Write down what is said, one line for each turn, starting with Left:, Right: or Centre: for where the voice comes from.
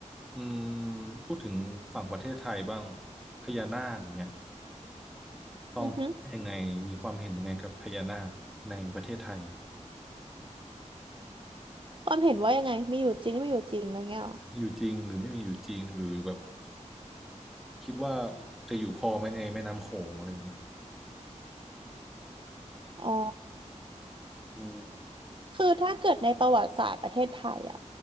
Centre: อืมพูดถึงฝั่งประเทศไทยบ้างพญานาคเนี่ย ตองว่ายังไงมีความเห็นยังไงกับพญานาคในประเทศไทย
Right: อือฮึความเห็นว่ายังไงมีอยู่จริงไม่อยู่จริงอะไรเงี้ยหรอ
Centre: อยู่จริงหรือไม่มีอยู่จริงหรือแบบคิดว่าจะอยู่พอไหมในแม่น้ำโขงอะไรอย่างเงี้ย
Right: อ๋อ
Centre: อืม
Right: คือถ้าเกิดในประวัติศาสตร์ประเทศไทยอ่ะ